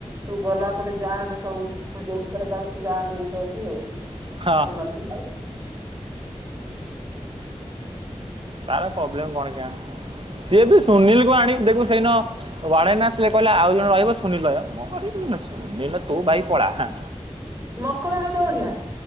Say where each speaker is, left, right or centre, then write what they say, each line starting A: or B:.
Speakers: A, on the right; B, on the right.
A: ତୁ ଗଲା ପରେ ଯାହାନଲେ ସବୁ ତୁ ଯୋଉଥରେ ଯାଉଛିୁ ଯାହାହାନଲେ ଗୋଟେ ଏଠି ହଉଚି। ତୁ
B: ହଁ
A: ନଥିଲା ବେଳେ
B: ତାର ପ୍ରୋବ୍ଲେମ କଣ କେଆଣି ସିଏ ବି ସୁନୀଲକୁ ଆଣି ଦେଖୁ ସେଇନ ମୋ ବଣେଇ ନା ଆସିଥିଲେ କହିଲେ ଆଉ ଜଣେ ରହିବ ସୁନୀଲ ରହିବ ମୁଁ କରିବି ଶୁନିଲ ତୁ ଭାଇ ପଳା ହଁ
A: ମକର ଭାଇ ତ ବଢିଆ।